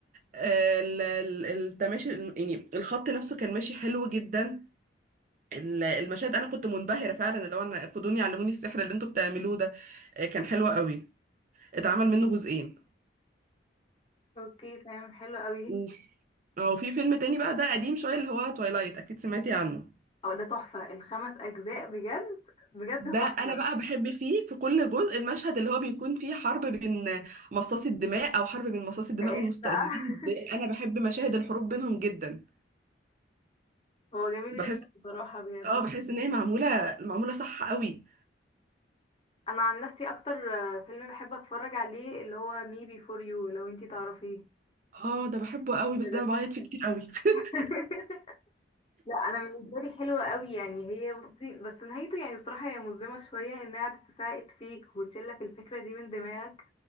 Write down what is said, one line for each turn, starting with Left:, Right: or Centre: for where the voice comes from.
Right: آه، ال- ال- التماشي يعني الخط نفسه كان ماشي حلو جدا ال- المشاهد انا كنت منبهره فعلا اللي هو انا خدوني علموني السحر اللي انتوا بتعملوه ده آه، كان حلو قوي اتعمل منه جزئين
Left: اوكي تمام حلو قوي
Right: وفي اه في فيلم تاني بقى ده قديم شويه اللي هو تويلايت اكيد سمعتي عنه
Left: او ده تحفة الخمس اجزاء بجد بجد
Right: ده
Left: تحفة
Right: انا بقى بحب فيه في كل جزء المشهد اللي هو بيكون فيه حرب بين مصاصي الدماء او حرب بين مصاصي الدماء
Left: ده ايه
Right: والمستذئبين
Left: بقى
Right: ده
Left: <laughs>
Right: انا بحب مشاهد الحروب بينهم جدا
Left: هو جميل
Right: بحس
Left: جدا بصراحة بجد
Right: اه بحس ان هي معموله معموله صح قوي
Left: انا عن نفسي اكتر آه، فيلم بحب اتفرج عليه اللي هو مي بي فور يو لو انتي تعرفيه
Right: اه ده بحبه قوي
Left: ده
Right: بس ده انا
Left: ده
Right: بعيط فيه كتير قوي <laughs>
Left: <laughs> لا انا بالنسبه لي حلوه قوي يعني هي بصي بس نهايته يعني بصراحه هي مظلمه شويه انها قعدت تساعد فيك وتشيلك الفكره دي من دماغك